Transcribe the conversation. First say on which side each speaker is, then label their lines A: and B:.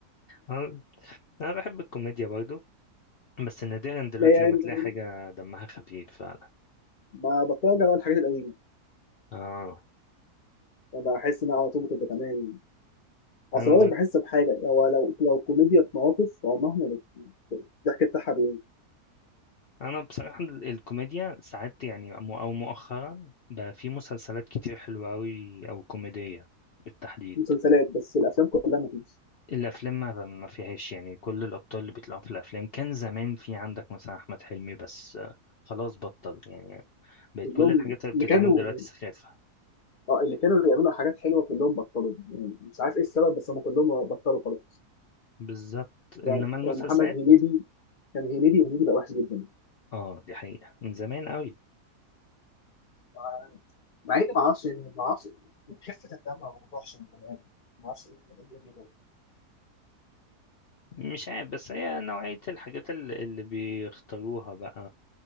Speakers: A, on the left; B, on the left.
A: انا أنا بحب الكوميديا برضو بس نادرا دلوقتي
B: لا يعني
A: لما تلاقي حاجة دمها خفيف فعلا
B: ما بتفرج على الحاجات القديمه
A: اه
B: بحس انها على طول بتبقى تمام يعني اصل
A: انا
B: بقولك
A: ب...
B: بحس بحاجه هو لو لو كوميديا في مواقف هو مهما بت- الضحك بتاعها بي-
A: انا بصراحة ال- الكوميديا ساعات يعني م- او مؤخرا بقى في مسلسلات كتير حلوة قوي او كوميدية بالتحديد
B: مسلسلات بس الافلام كلها مفيش
A: الافلام ما ما فيهاش يعني كل الابطال اللي بيطلعوا في الافلام كان زمان في عندك مثلا احمد حلمي بس آه، خلاص بطل يعني بقت
B: كلهم
A: كل الحاجات اللي بتتعمل
B: اللي كانوا
A: دلوقتي سخافة
B: اه اللي كانوا بيعملوا حاجات حلوه كلهم بطلوا يعني مش عارف ايه السبب بس هم كلهم بطلوا خلاص
A: بالظبط
B: يعني
A: انما المسلسلات
B: كان محمد هنيدي كان هنيدي وهنيدي بقى وحش جدا
A: اه دي حقيقة من زمان قوي
B: مع مع اني ما اعرفش ما اعرفش خفه الدم ما بتروحش من البني ادم ما اعرفش ايه اللي إيه اللي بيجرى
A: مش عارف بس هي نوعية الحاجات ال- اللي بيختاروها بقى